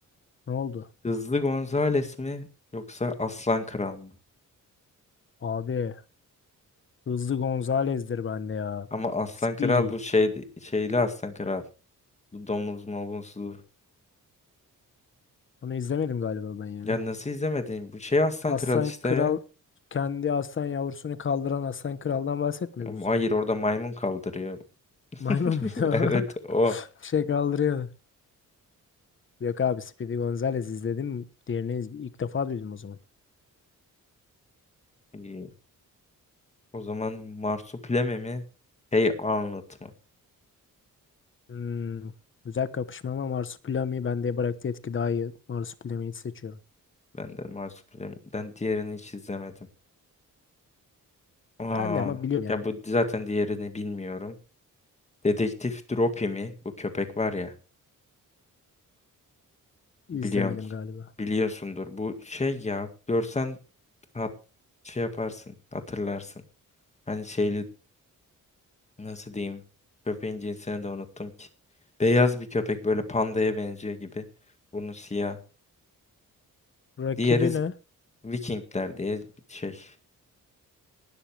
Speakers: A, on the left; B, on the left.
A: Ne oldu?
B: Hızlı Gonzales mi yoksa Aslan Kral mı?
A: Abi Hızlı Gonzalez'dir bende ya.
B: Ama Aslan
A: Speedy.
B: Kral bu şey şeyli Aslan Kral. Bu domuz mobuzlu.
A: Onu izlemedim galiba ben ya.
B: Ya nasıl izlemedin? Bu şey Aslan
A: Aslan
B: Kral işte.
A: Kral kendi aslan yavrusunu kaldıran aslan kraldan bahsetmiyoruz
B: Ama
A: o zaman.
B: Hayır orada maymun kaldırıyor. <laughs>
A: Maymun bir de o.
B: Evet o.
A: <laughs> Şey kaldırıyordu. Yok abi Speedy Gonzales izledim. Diğerini iz- ilk defa duydum o zaman.
B: İyi. O zaman Marsupilami mi? Hey Arnold mı?
A: Hmm, güzel kapışma ama Marsupilami bende bıraktığı etki daha iyi. Marsupilami'yi seçiyorum.
B: Ben de Marsupilami'den diğerini hiç izlemedim. Aa,
A: Ben de ama biliyorum
B: ya
A: yani.
B: bu zaten diğerini bilmiyorum. Dedektif Dropi mi? Bu köpek var ya.
A: İzlemedim
B: Biliyor musun?
A: galiba.
B: Biliyorsundur. Bu şey ya. Görsen hat, şey yaparsın. Hatırlarsın. Hani şeyli nasıl diyeyim? Köpeğin cinsini de unuttum ki. Beyaz bir köpek böyle pandaya benziyor gibi. Burnu siyah.
A: Rakibi
B: Diğeri
A: ne?
B: Vikingler diye bir şey.